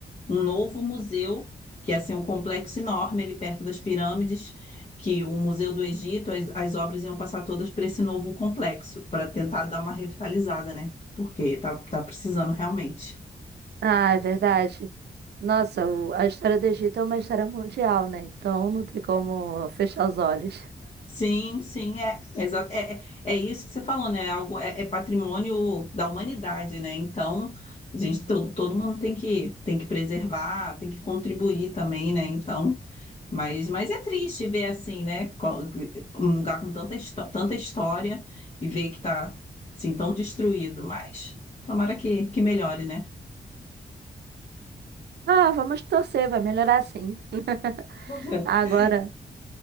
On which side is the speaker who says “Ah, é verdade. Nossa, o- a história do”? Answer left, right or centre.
Right